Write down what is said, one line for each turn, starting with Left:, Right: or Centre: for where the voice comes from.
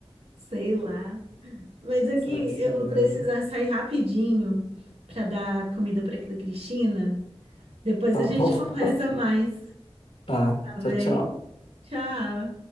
Right: sei lá. Mas aqui
Left: Sabe-se
Right: eu vou
Left: Deus,
Right: precisar
Left: né?
Right: sair rapidinho para dar comida para a Cristina. Depois
Left: Tá
Right: a gente
Left: bom. <laughs>
Right: conversa mais,
Left: Tá.
Right: tá bem?
Left: Tchau, tchau.
Right: Tchau.